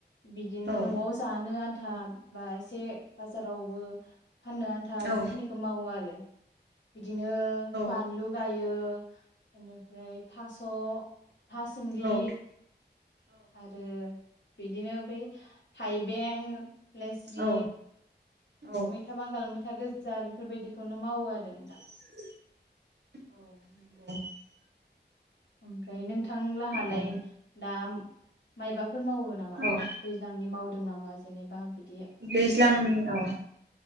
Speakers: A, on the left; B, on the right.
A: बिदिनो
B: औ
A: न'आव जानो आन थाब बा एसे बाजारावबो फाननो आन्था
B: औ
A: बेखिनिखौ मावो आरो। बिदिनो
B: औ
A: बानलु गायो। एनिफ्राय थास' थास दि
B: औ औ
A: आरो बिदिनो बै थाइ बें लेस्रि
B: औ औ
A: मैथा बांगाल मैथा गोदजा बेफोरबायदिखौनो मावो आरो नोंथां।
B: <unintelligible>
A: ओमफ्राय नों थांलाहालाय
B: औ
A: दा मायबाफोर मावो नामा
B: औ
A: दैज्लांनि मावदों नामा? जेनेबा बि
B: दैज्लांनि औ